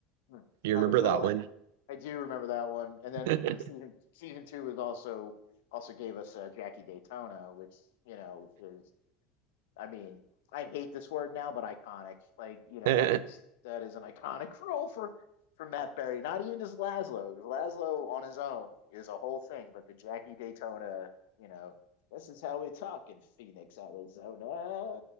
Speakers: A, on the left; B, on the right.
A: Hmm.
B: Do you
A: That
B: remember
A: was well,
B: that one?
A: I do remember that one. And then
B: <laughs>
A: season season two was also also gave us uh, Jackie Daytona, which you know is I mean, I hate this word now, but iconic. Like, you know,
B: Uh,
A: that is that is an iconic <laughs> role for for Matt Berry. Not even just Laszlo. Laszlo on his own is a whole thing, but the Jackie Daytona, you know, this is how we talk in Phoenix, Arizona.